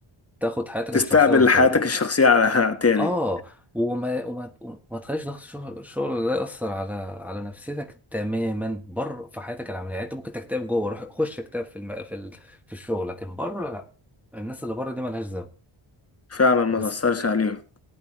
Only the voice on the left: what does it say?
تستقبل
حياتك الشخصيه على <laughs> تاني
فعلا ما
تأثرش عليهم